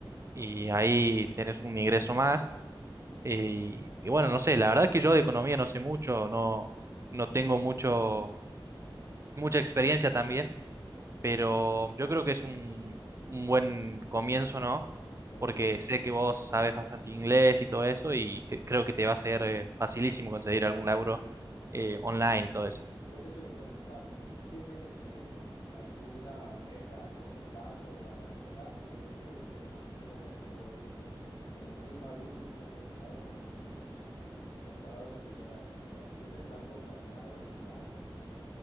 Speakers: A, on the right (about 35°); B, on the left (about 75°).
A: y ahí tenés un ingreso más. eh, y, y bueno, no sé, la verdad que yo de economía no sé mucho, no, no tengo mucho, mucha experiencia también, pero yo creo que es un, un buen comienzo, ¿no?
B: bueno.
A: Porque sé que vos sabes bastante inglés y todo eso, y cre- creo que te va a ser eh, facilísimo conseguir algún laburo eh, online y todo eso.
B: Yo te quiero preguntar, ¿tú tienes eh, alguna meta a corto plazo o a largo plazo? ¿Qué es lo que te imaginas, ya que te veo como, como muy maduro y muy organizado con, con los, con las palabras que me das? O sea, ¿tienes algo planeado ya?